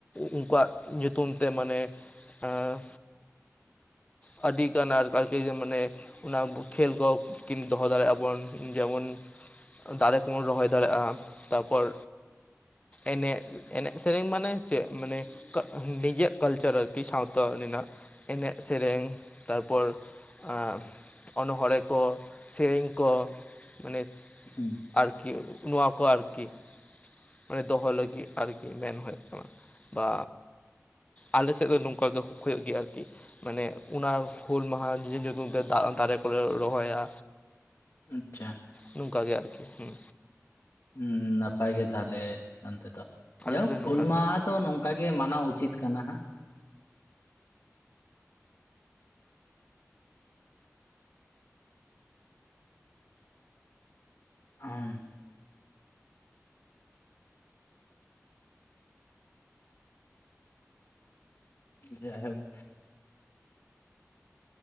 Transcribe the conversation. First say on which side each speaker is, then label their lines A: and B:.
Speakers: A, on the left (about 25°); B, on the left (about 75°).
A: ᱩᱱᱠᱩᱣᱟᱜ ᱧᱩᱛᱩᱢ ᱛᱮ ᱢᱟᱱᱮ ᱮᱸ ᱟᱹᱰᱤᱜᱟᱱ ᱟᱨ ᱟᱨᱠᱤ ᱢᱟᱱᱮ ᱚᱱᱟ ᱠᱷᱮᱞ ᱠᱚ ᱠᱤᱱ ᱫᱚᱦᱚ ᱫᱟᱲᱮᱜᱼᱟᱵᱚᱱ ᱡᱮᱢᱚᱱ ᱫᱟᱨᱮ ᱠᱚᱵᱚᱱ ᱨᱚᱦᱚᱭ ᱫᱟᱲᱮᱜᱼᱟ ᱛᱟᱨᱯᱚᱨ ᱮᱱᱮᱡ ᱮᱱᱮᱡ ᱥᱮᱨᱮᱧ ᱢᱟᱱᱮ ᱪᱮᱜ ᱢᱟᱱᱮ ᱱᱤᱡᱮᱼᱟᱜ ᱠᱟᱞᱪᱟᱨ ᱟᱨᱠᱤ ᱥᱟᱶᱛᱟ ᱨᱤᱱᱟᱜ ᱮᱱᱮᱜ ᱥᱮᱨᱮᱝ ᱛᱟᱨᱯᱚᱨ ᱮᱸ ᱚᱱᱦᱚᱲᱮᱸ ᱠᱚ ᱥᱮᱨᱮᱧ ᱠᱚ ᱢᱟᱱᱮ
B: ᱦᱩᱸ
A: ᱟᱨᱠᱤ ᱱᱚᱣᱟ ᱠᱚ ᱟᱨᱠᱤ ᱢᱟᱱᱮ ᱫᱚᱦᱚ ᱞᱟᱹᱜᱤᱜ ᱟᱨᱠᱤ ᱢᱮᱱ ᱦᱩᱭᱩᱜ ᱠᱟᱱᱟ ᱵᱟ ᱟᱞᱮ ᱥᱮᱜ ᱫᱚ ᱱᱚᱝᱠᱟ ᱜᱮ ᱦᱳᱭᱳᱜ ᱜᱮᱭᱟ ᱟᱨᱠᱤ ᱢᱟᱱᱮ ᱩᱱᱟ ᱦᱩᱞ ᱢᱟᱦᱟ ᱧᱩ ᱧᱩᱛᱩᱢ ᱛᱮ ᱫᱟᱹ ᱫᱟᱨᱮ ᱠᱚᱞᱮ ᱨᱚᱦᱚᱭᱟ
B: ᱟᱪᱪᱷᱟ
A: ᱱᱚᱝᱠᱟ ᱜᱮ ᱟᱨᱠᱤ ᱦᱩᱸ
B: ᱦᱩᱸ ᱱᱟᱯᱟᱭ ᱜᱮ ᱛᱟᱦᱚᱞᱮ ᱚᱱᱛᱮᱫᱚ
A: ᱟᱞᱮ
B: ᱡᱟᱭᱦᱳᱠ
A: ᱥᱮᱫ ᱫᱚ
B: ᱦᱩᱞ
A: ᱱᱚᱝᱠᱟ
B: ᱢᱟᱦᱟ
A: ᱜᱮ
B: ᱫᱚ ᱱᱚᱝᱠᱟ ᱱᱚᱝᱠᱟ ᱜᱮ ᱢᱟᱱᱟᱣ ᱩᱪᱤᱛ ᱠᱟᱱᱟ ᱦᱟᱸᱜ ᱟᱸ ᱦᱩ ᱡᱟᱭᱦᱳᱠ